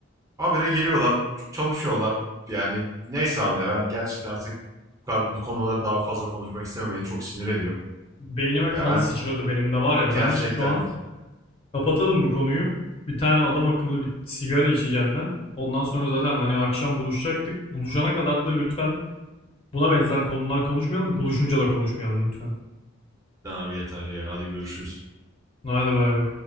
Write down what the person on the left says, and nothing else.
Beynime
kan
sıçradı benim de var ya
ben şu an Kapatalım bu konuyu. Bir tane adam akıllı bir sigara içeceğim ben. Ondan sonra zaten hani akşam buluşacaktık. Buluşana kadar da lütfen buna benzer konular konuşmayalım. Buluşunca da konuşmayalım lütfen.
Hadi bay bay.